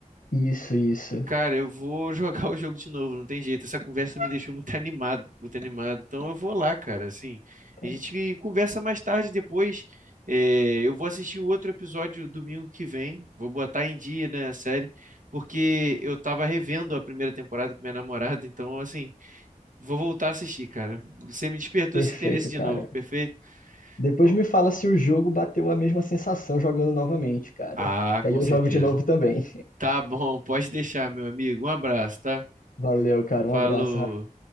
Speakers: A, on the left; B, on the right.
A: Isso, isso.
B: Cara, eu vou <laughs> jogar o jogo de novo, não tem jeito. Essa conversa me deixou muito animado, muito animado. Então eu vou lá, cara, assim.
A: Cara,
B: A gente conversa mais tarde depois. É, eu vou assistir o outro episódio domingo que vem. Vou botar em dia, né, a série, porque eu tava revendo a primeira temporada com minha namorada, então assim, Vou voltar a assistir, cara. Você me despertou
A: perfeito,
B: esse interesse de
A: cara.
B: novo, perfeito?
A: Depois
B: Então,
A: me fala se o jogo bateu a mesma sensação jogando novamente, cara.
B: ah,
A: Que
B: com
A: aí eu
B: certeza.
A: jogo de novo também.
B: Tá bom, pode deixar, meu amigo. Um abraço, tá?
A: Valeu, cara.
B: Falou.
A: Um abraço.